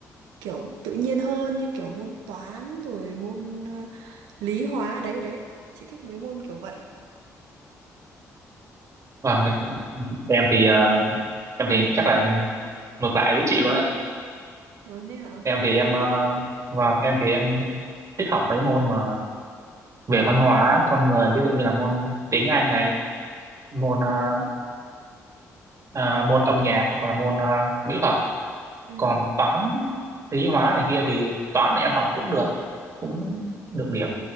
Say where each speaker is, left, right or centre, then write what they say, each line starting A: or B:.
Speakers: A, on the right; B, on the right.
A: kiểu tự nhiên hơn như kiểu môn toán rồi môn ờ, lý hóa đấy đấy chị thích mấy môn kiểu vậy
B: vâng em thì à, em thì chắc là ngược lại với chị luôn ạ
A: Ờ, thế hả
B: em thì em à, vâng em thì em thích học mấy môn mà về văn hóa con người ví dụ như là môn tiếng Anh này môn à, à, môn âm nhạc hoặc là môn à, mỹ thuật
A: ừ.
B: còn toán lý hóa này kia thì toán này em học cũng được cũng
A: Ừ.
B: được điểm